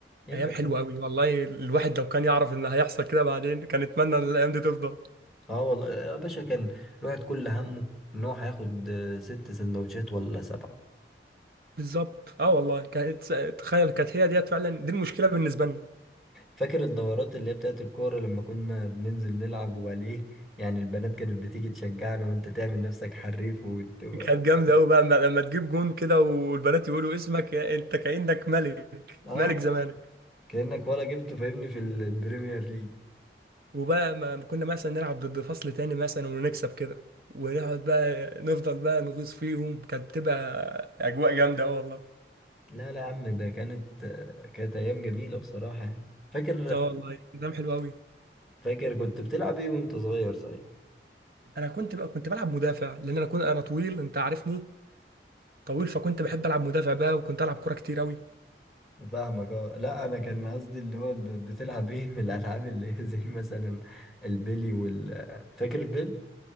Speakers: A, in the centre; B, on the right.
A: ايام
B: ايام
A: كانت
B: حلوه
A: حلوه
B: قوي والله الواحد لو كان يعرف ان هيحصل كده بعدين كان يتمنى ان الايام دي تفضل
A: اه والله يا باشا كان الواحد كل همه ان هو هياخد آه، ست سندوتشات ولا سبعه
B: بالظبط اه والله كانت تخيل كانت هي ديت فعلا دي المشكله بالنسبه لنا
A: فاكر الدورات اللي هي بتاعت الكوره لما كنا بننزل نلعب وعليه يعني البنات كانت بتيجي تشجعنا وانت تعمل نفسك حريف وت... و-
B: كانت جامده قوي بقى لما لما تجيب جون كده والبنات يقولوا اسمك يا- انت كانك ملك
A: اه
B: ملك زمانك
A: كانك ولا جبته فاهمني في البريمير ليج
B: وبقى ما ما كنا مثلا نلعب ضد فصل تاني مثلا ونكسب كده ونقعد بقى نفضل بقى نغيظ فيهم كانت بتبقى اجواء جامده اه والله
A: لا لا يا عم ده كانت آه، كانت ايام جميله بصراحه يعني فاكر
B: اه والله كلام حلو قوي
A: فاكر كنت بتلعب ايه وانت صغير صحيح
B: انا كنت بقى كنت بلعب مدافع لان انا كنت انا طويل انت عارفني طويل فكنت بحب العب مدافع بقى وكنت العب كوره كتير قوي
A: فاهمك اه لا انا كان قصدي اللي هو ب- بتلعب ايه من الالعاب اللي هي زي مثلا البلي وال فاكر البلي